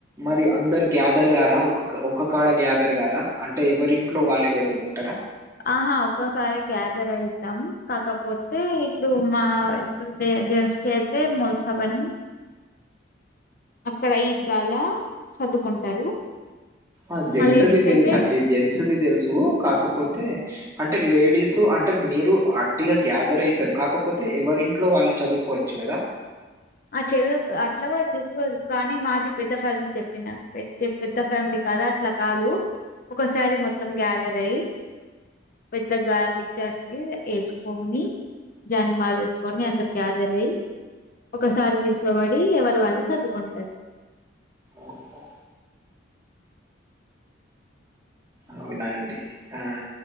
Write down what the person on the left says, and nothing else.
ఆహా ఒక్కోసారి గ్యాదర్ అయితాం కాకపోతే ఇప్పుడు మా జెస్స్. కి అయితే ముల్సబ అని అక్కడ ఈద్గాల చదువుకుంటారు.
మా లేడీస్‌కైతే
ఆ చదువు అట్లా కూడా చదువుకోవచ్చు కానీ మాది పెద్ద ఫ్యామిలీ చెప్పిన పెద్ద ఫ్యామిలీ కదా అట్లా కాదు. ఒకసారి మొత్తం గ్యాదర్ అయ్యి పెద్ద గార్లి జ వేసుకొని జాన్ని మాది వేసుకొని అందరు గ్యాదర్ అయ్యి ఒకసారి నిల్చబడి ఎవరు వాళ్ళు సదుకుంటారు